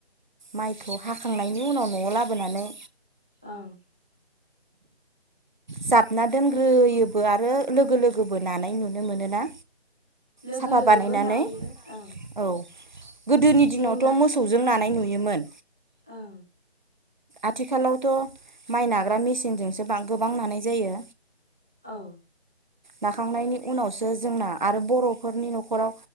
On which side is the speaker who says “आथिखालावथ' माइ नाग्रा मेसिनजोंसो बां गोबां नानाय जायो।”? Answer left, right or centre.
Right